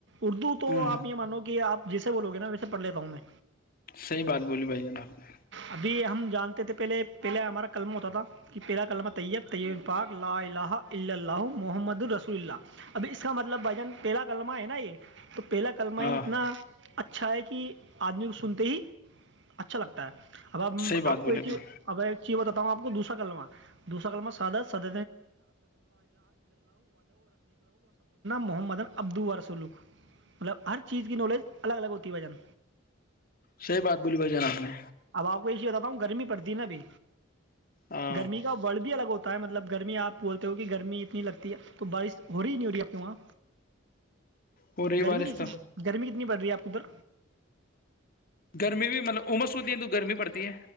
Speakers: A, on the right (about 60°); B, on the left (about 45°).
A: اردو تو
B: ہ
A: آپ یہ مانو کہ آپ جسے بولو گے نا ویسے پھ لیتا ہوں میں
B: صحیح بات بولی بھائی جان آپ نے
A: ابھی ہم جانتے تھے پہلے پہلے ہمارا قلم ہوتا تھا تیرا کلمہ طیب ت پاک لا الہ الا اللہ محمد رسول اللہ اب اس کا مطلب بھائی جان پہلا کلمہ ہے نا یہ پہلا کلمہ
B: ہاں
A: ہی اتنا اچھا ہے کہ آدمی کو سنتے ہی اچھا لگتا ہے اب
B: صحیح بات
A: آپ
B: بولی
A: کو ایک چیز
B: نے
A: اب ایک چیز بتا تو اپ نے دوسرا سلمان دوسرا کلمہ سادہ سد محمد عبد رسول ہر چیز کی نلد الگ الگ ہوتی ہے بھائی جان
B: صحیح بات بولی بھائی جناب نے
A: آپ کو یہ چیز بتاتا گرمی پڑتی ہے نا ابھی
B: ہاں
A: گرمی کا وڑ بھی الگ ہوتا ہے مطلب گرمی آپ بولتے ہو کہ گرمی اتنی لگتی ہے تو بارش ہو رہی نہیں ہو رہی ہے آپ کے وہاں
B: ہو رہی
A: گرمی
B: بارش
A: کی
B: تو
A: گرمی کتنی پڑ رہی ہے آپ کی ادھر
B: گرمی بھی مطلب عمس ہوتی ہے تو گرمی پڑتی ہے